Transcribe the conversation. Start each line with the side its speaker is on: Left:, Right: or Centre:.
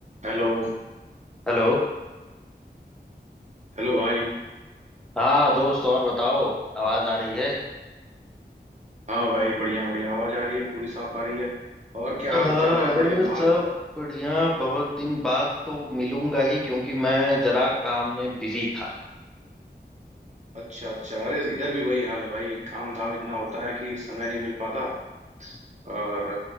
Right: Hello
Centre: Hello
Right: Hello भाई
Centre: हाँ दोस्त और बताओ आवाज आ रही है
Right: हाँ भाई बढ़िया बढ़िया आवाज आ रही है पूरी साफ आ रही है और क्या
Centre: हाँ
Right: हाल चाल है बड़े
Centre: अरे
Right: दिन बाद
Centre: सब बढ़िया बहुत दिन बाद तो मिलूंगा ही क्योंकि मैं जरा काम में बिजी था
Right: अच्छा अच्छा अरे इधर भी वही हाल है भाई काम धाम इतना होता है कि समय नहीं मिल पाता और